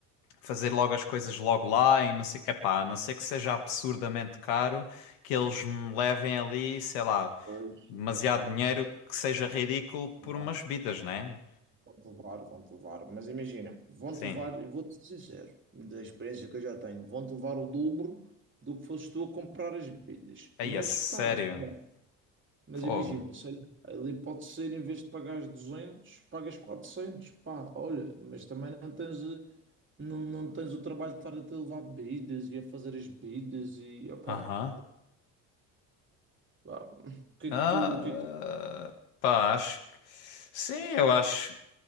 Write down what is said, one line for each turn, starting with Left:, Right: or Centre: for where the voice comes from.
Left: fazer logo as coisas logo lá e não sei, epá, a não ser que seja absurdamente caro, que eles me levem ali, sei lá
Right: Pois,
Left: demasiado
Right: epá,
Left: dinheiro que seja ridículo por
Right: levar,
Left: umas bebidas, né?
Right: vão-te levar, vão-te levar. Mas imagina, vão-te
Left: Sim.
Right: levar, e vou-te ser sincero, da experiência que eu já tenho, vão-te levar o dobro do que foste tu a comprar as bebidas.
Left: Aí,
Right: Mas
Left: a sério.
Right: pá, sei lá. mas
Left: Fogo.
Right: imagina, sei lá, ali pode ser, em vez de pagares 200 pagas quatrocentos pá, olha, mas também não tens. eh, Não, não tens o trabalho de estar a te levar bebidas e a fazer as bebidas e opá,
Left: Aham.
Right: Vá, O que é
Left: Ah,
Right: que tu, o que é que tu-
Left: ah, pá, acho que. Sim, eu acho.